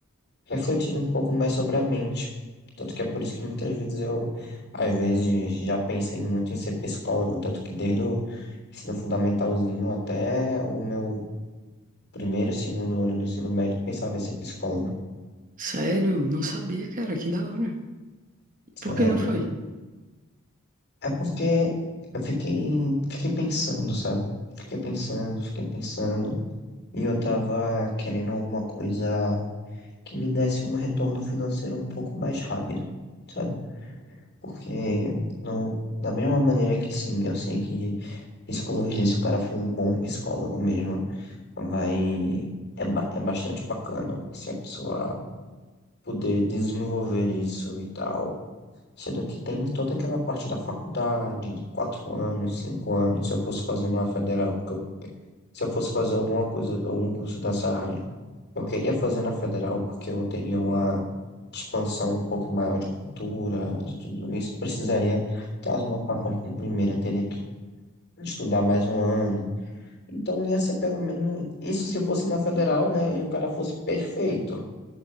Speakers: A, on the left; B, on the right.
A: refletir um pouco mais sobre a mente. Tanto que é por isso que muitas vezes eu, às vezes, já pensei muito em ser psicólogo, tanto que desde o ensino fundamentalzinho até o meu primeiro, segundo ano do ensino médio, eu pensava em ser psicólogo.
B: Sério? Não sabia, cara. Que da hora.
A: Sério.
B: Por que não foi?
A: É porque eu fiquei, fiquei pensando, sabe? Fiquei pensando, fiquei pensando. E eu tava querendo alguma coisa que me desse um retorno financeiro um pouco mais rápido, sabe? Porque não, da mesma maneira que sim, eu sei que psicologia, se o cara for um bom psicólogo mesmo, vai, é, ba- é bastante bacana se a pessoa puder desenvolver isso e tal Sendo que tem toda aquela parte da faculdade, quatro anos, cinco anos, se eu fosse fazer uma federal, porque eu, se eu fosse fazer alguma coisa, algum curso dessa área, eu queria fazer na federal porque eu teria uma expansão um pouco maior de cultura, de tudo isso. Precisaria, caso não passasse de primeira, teria que estudar mais um ano. Então ia ser pelo menos isso se fosse na federal, né? E o cara fosse perfeito.